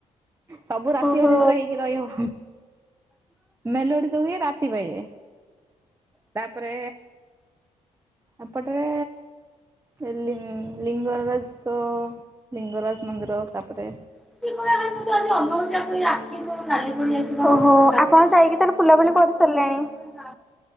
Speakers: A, on the right; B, in the centre.
A: ସବୁ ରାତି
B: ଓହୋ।
A: ଅନିନ୍ଦ୍ରା ହେଇକି ରହି ହବ ଅହ୍, ମେଲୋଡି ତ ହୁଏ ରାତ ତି ପାଇଯାଏ। ତାପରେ ଏପଟରେ ଏଲିଙ୍ଗ ଲିଙ୍ଗରାରସ ଲିଙ୍ଗରାଜ ମନ୍ଦିର ତାପରେ
B: ଓହୋ! ଆପଣ ଯାଇକି ତାହଲେ ବୁଲାବୁଲି କର ସଲଲାଣି।